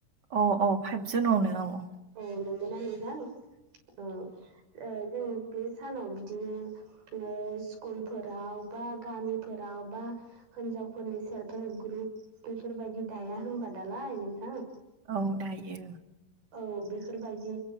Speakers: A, on the right (about 30°); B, on the right (about 65°).
A: अ अ फाइभ जुनावनो औ।
B: औ नंगौना नोंथां, औ ओ जों बे सानाव बिदिनो ओ स्कुलफोराव बा गामिफोराव बा हिनजावफोरनि सेल्फ हेल्प ग्रुप बेफोरबायदि दाया होनबा दालाय नोंथां
A: औ दायो
B: औ बेफोरबायदि